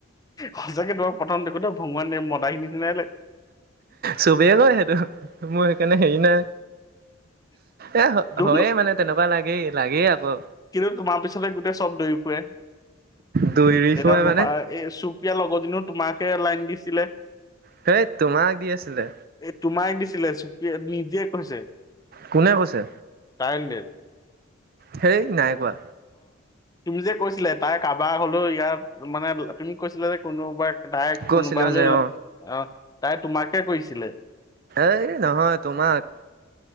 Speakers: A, on the left (about 20°); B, on the right (about 45°).
A: সঁচাকে তোমাক প্ৰথম দেখোত ভঙুৱা <unintelligible> মদাহি নিচিনাই লাগি
B: চবেই কয় সেইটো মোৰ সেইকাৰণে হেৰি নাই এ,
A: দুখ
B: হয়ে
A: ন
B: মানে তেনেকুৱা লাগেই। লাগেই আকৌ
A: কিন্তু তোমাৰ পিছতে গোটেই চব দৰি ফুৰে।
B: দৌৰি
A: এটা
B: ফুৰে
A: ৰূপা
B: মানে
A: এই চুপীয়াৰ লগৰজনো তোমাকে লাইন দিছিলে।
B: সেই তোমাক দি আছিলে
A: এ, তোমাই দিছিলে চুপ নিজে কৈছে।
B: কোনে কৈছে?
A: তাই হণ্ড্ৰেড
B: সেই নাই কোৱা।
A: তুমি যে কৈছিলা তাই কাবাৰ হলেও ইয়াত মানে তুমি কৈছিলা যে কোনোবাই তাই
B: কৈছিলো
A: কোনোবা হলেও
B: যে অ
A: অ, তাই তোমাৰকে কৰিছিলে।
B: এ, নহয় তোমাক